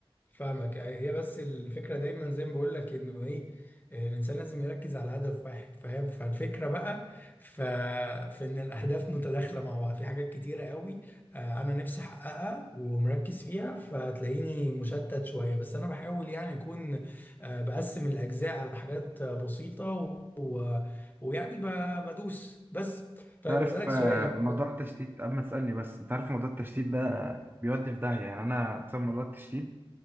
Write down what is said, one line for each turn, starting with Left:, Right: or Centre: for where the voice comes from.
Left: فاهمك هي بس الفكرة دايما زي ما بقول لك انه ايه آه، الانسان لازم يركز على هدف واحد فاهم فالفكرة بقى ف... في ان الاهداف متداخلة مع بعض في حاجات كتيرة قوي آه، انا نفسي احققها ومركز فيها فتلاقيني مشتت شوية بس انا بحاول يعني اكون آه، بقسم الاجزاء على حاجات آه، بسيطة و... و... ويعني ب... بدوس بس طيب
Right: تعرف
Left: اسألك
Right: آه،
Left: سؤال
Right: موضوع التشتيت قبل ما تسألني بس انت عارف موضوع التشتيت ده بيودي في داهية يعني انا بسبب موضوع التشتيت